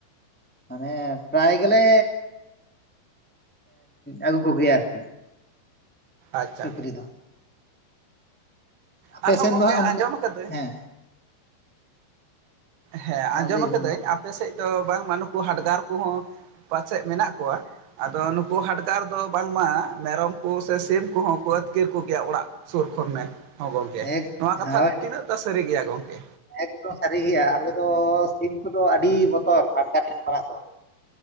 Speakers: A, in the centre; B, on the right.
A: ᱢᱟᱱᱮ ᱯᱨᱟᱭ ᱜᱮᱞᱮ ᱟᱹᱜᱩ ᱠᱚᱜᱮᱭᱟ ᱟᱨᱠᱤ
B: ᱟᱪᱪᱷᱟ
A: ᱥᱩᱠᱨᱤ ᱫᱚ ᱟᱯᱮ
B: ᱟᱨᱦᱚᱸ
A: ᱥᱮᱱ
B: ᱜᱚᱝᱠᱮ
A: ᱫᱚ ᱦᱟᱸᱜ ᱚᱱᱠᱟ
B: ᱟᱸᱡᱚᱢ ᱟᱠᱟᱫᱟᱹᱧ
A: ᱦᱮᱸ᱾
B: ᱦᱮᱸ
A: ᱦᱚᱸ
B: ᱟᱸᱡᱚᱢ
A: ᱞᱟᱹᱭ
B: ᱟᱠᱟᱫᱟᱹᱧ
A: ᱵᱤᱱ ᱢᱟ
B: ᱟᱯᱮᱥᱮᱫ ᱫᱚ ᱵᱟᱝᱢᱟ ᱱᱩᱠᱩ ᱦᱟᱰᱜᱟᱨ ᱠᱚᱦᱚᱸ ᱯᱟᱪᱮᱫ ᱢᱮᱱᱟᱜ ᱠᱚᱣᱟ᱾ ᱟᱫᱚ ᱱᱩᱠᱩ ᱦᱟᱰᱜᱟᱨ ᱫᱚ ᱵᱟᱝᱢᱟ ᱢᱮᱨᱚᱢ ᱠᱚ ᱥᱮ ᱥᱤᱢ ᱠᱚᱦᱚᱸ ᱠᱚ ᱟᱹᱛᱠᱤᱨ ᱠᱚᱜᱮᱭᱟ ᱚᱲᱟᱜ ᱥᱩᱨ ᱠᱷᱚᱱ ᱢᱮ ᱦᱚᱸ ᱜᱚᱢᱠᱮ
A: ᱮᱠ
B: ᱱᱚᱣᱟ ᱠᱟᱛᱷᱟ
A: ᱦᱳᱭ
B: ᱛᱤᱱᱟᱹᱜ ᱫᱚ ᱥᱟᱹᱨᱤ ᱜᱮᱭᱟ ᱜᱚᱢᱠᱮ
A: ᱮᱠᱫᱚᱢ ᱥᱟᱹᱨᱤ ᱜᱮᱭᱟ ᱟᱞᱮ ᱫᱚ ᱥᱤᱢ ᱠᱚᱫᱚ ᱟᱹᱰᱤ ᱵᱚᱛᱚᱨ ᱦᱟᱰᱜᱟᱨ ᱴᱷᱮᱱ ᱠᱷᱚᱱᱟᱜ ᱫᱚ